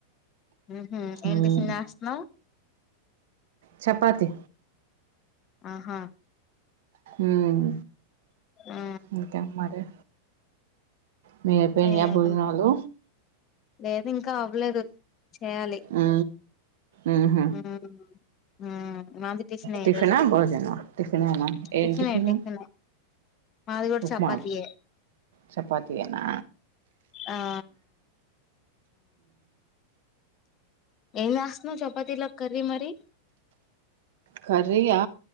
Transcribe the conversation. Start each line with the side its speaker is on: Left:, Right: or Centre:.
Left: మ్మహ్ ఏం
Right: ఉమ్
Left: టిఫిన్ జస్తన్నావ్
Right: చపాతి
Left: ఆహా
Right: మ్మ్
Left: ఆ
Right: ఇంకేంట్ మరి మీవి అయిపోయినాయా
Left: ఏం
Right: భోజనాలు
Left: లేదు ఇంకా అవ్వలేదు చేయాలి
Right: ఆ అహ
Left: ఉమ్ ఉమ్ మాది టిఫినే
Right: టిఫినా
Left: ఈ రోజు
Right: భోజనా, టిఫన్ ఎనా, ఏన్
Left: టిఫినే
Right: టిఫిను,
Left: టిఫినే మాది కూడా
Right: ఉప్మా
Left: చపాతీయే
Right: చపాతి ఎనా
Left: ఆ, ఆ ఎమ్ చస్తున్నావ్ చపాతిలోకి కర్రీ మరి
Right: కర్రీ యా